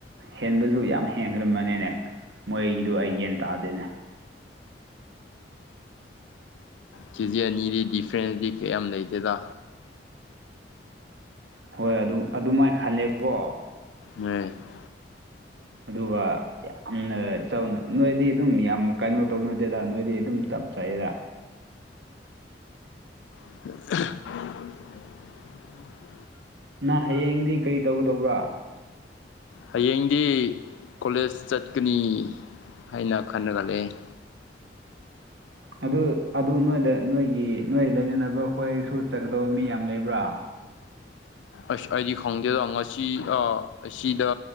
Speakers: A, on the right (about 70°); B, on the left (about 85°).
A: ꯍꯦꯟꯕꯁꯨ ꯌꯥꯝ ꯍꯦꯟꯈ꯭ꯔꯃꯅꯤꯅꯦ ꯃꯣꯏꯒꯤꯗꯨꯣ ꯑꯩ ꯌꯦꯟ ꯇꯥꯗꯣꯏꯅꯦ
B: ꯀꯦ ꯖꯤ ꯑꯅꯤꯗꯤ ꯗꯤꯐ꯭ꯔꯦꯟꯁꯇꯗꯤ ꯀꯌꯥꯝ ꯂꯩꯇꯦꯗ
A: ꯍꯣꯏ ꯑꯗꯨꯝ ꯑꯗꯨꯃꯥꯏꯅ ꯈꯜꯂꯦꯕꯀꯣ
B: ꯍ <unintelligible>
A: ꯑꯗꯨꯒ ꯌꯥꯝꯅ ꯆꯥꯎ ꯅꯣꯏꯗꯤ ꯑꯗꯨꯝ ꯌꯥꯝ ꯀꯩꯅꯣ ꯇꯧꯅꯗꯦꯗ ꯅꯣꯏꯗꯤ ꯑꯗꯨꯝ ꯆꯞ ꯆꯥꯏꯑꯗ
B: <unintelligible>
A: ꯅ ꯍꯌꯦꯡꯗꯤ ꯀꯔꯤ ꯇꯧꯒꯗꯧꯕ꯭ꯔꯥ
B: ꯍꯌꯦꯡꯗꯤ ꯀꯣꯂꯦꯖ ꯆꯠꯀꯅꯤ ꯍꯥꯏꯅ ꯈꯟꯅꯒꯠꯂꯛꯦ
A: ꯑꯗꯨ ꯑꯗꯨ ꯅꯣꯏꯗ ꯅꯣꯏꯒꯤ ꯅꯣꯏ ꯂꯩꯃꯤꯟꯅꯕ ꯈꯈꯣꯏꯁꯨ ꯆꯠꯀꯗꯕ ꯃꯤ ꯌꯥꯝ ꯂꯩꯕ꯭ꯔꯥ
B: ꯑꯁ ꯑꯩꯗꯤ ꯈꯪꯗꯦꯗ ꯉꯁꯤ ꯑꯁꯤꯗ